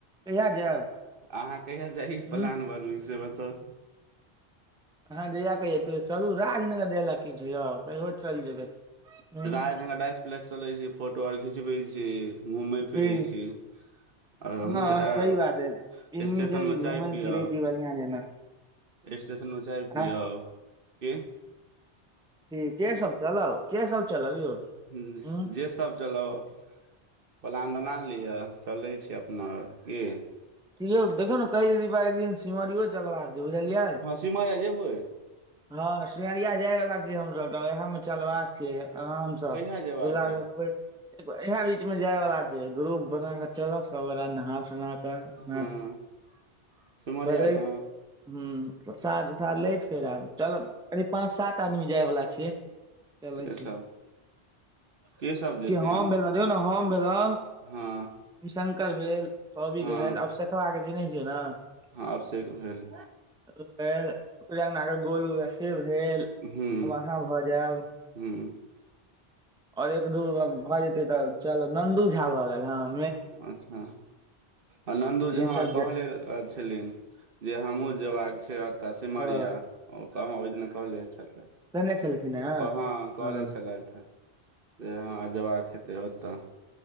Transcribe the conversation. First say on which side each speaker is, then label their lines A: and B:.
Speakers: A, in the centre; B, on the right.
A: कहिया जायब
B: अहाँ कहिया जाइ के
A: ह
B: प्लान बनाबै छी से बताउ।
A: अहाँ जहिया कहियो तऽ चलू राजनगर जाय ले की छै यौ। कहियो चलि जेबै ह
B: राजनगर राज प्लेस चलै छी फोटो आर घिचबै छी घूमै
A: ठीक
B: फिरै छी आओर उम्हर
A: हँ
B: आयब
A: सही बात है एन्नी
B: स्टेशन
A: छै
B: मे चाय
A: घूमै
B: पियब
A: फिरै छी बढ़ियां जेना
B: स्टेशन मे चाय पीयब
A: आ
B: की
A: अथी के सब चलब के सब चलब यौ
B: हुँ
A: उं
B: जे सब चलब प्लान बना ल लिअ चलै छी अपना आओर की
A: कि यौ देखियौ न कहै छै दीपा एक दिन सिमरियो चलबाक छै बुझलियै
B: हँ सिमरिया जेबै
A: हँ सिमरिया जाय बला छियै हमसब त वएह मे चलबाक छै आराम सऽ
B: कहिया जेबाक
A: दु <unintelligible>
B: हे
A: इएह बीच मे जाय वाला छै ग्रुप बना क चलब सबगोटा नहा सोना क
B: हँ
A: ह
B: सिमरिया
A: कररे
B: ने
A: <unintelligible> हूं प्रसादा तसाद लति फेर आयब चलब करिब पाँच सात आदमी जाय बला छियै चलै
B: के
A: छी
B: सब के सब जेथिन
A: कि हम भेलौ देखियौ न हम भेलौं
B: हँ
A: रविशंकर भेल सौबिक
B: हँ
A: भेल अभिषेकबा के चिन्है छियै ने
B: हँ अभिषेक भेल
A: फेर ओकरे अंगना के गोलु से भेल
B: हूं
A: आब अहाँ भऽ जायब
B: हूं
A: आओर एक दूगो भऽ जेतै तऽ चल नन्दू झा भऽ गेल हं
B: अच्छा आ नन्दू झा
A: ई सब
B: कहलनि
A: जे
B: अछि जे हमहुँ जेयबाक छै एतऽ सिमरिया
A: ओ
B: ओ कहाँ ओहि दिन कहले छल
A: केने छलखिन हेँ
B: कहां कहले
A: हँ
B: छलथि हे से हँ जयबाक हेतै ओतऽ